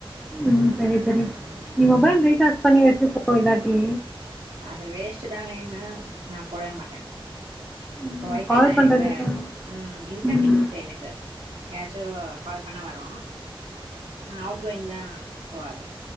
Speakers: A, in the centre; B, on the right.
A: ம் ம் செரி செரி
B: ம்
A: நீ மொபைல் ரீசார்ஜ் பண்ணி வெச்சுக்கோ இல்லாட்டி
B: அது வேஸ்ட்டு தானேன்னு நா போடவே மாட்ட
A: ம்
B: இப்ப ஒய்ஃபை
A: கால்
B: தா இருக்குல்ல
A: பண்றதுக்கு
B: ம் இன்கமிங்
A: ம்
B: இருக்கு எனக்கு யாராச்சு கால் பண்ணா வரு அ அவுட் கோயிங் தா போவாது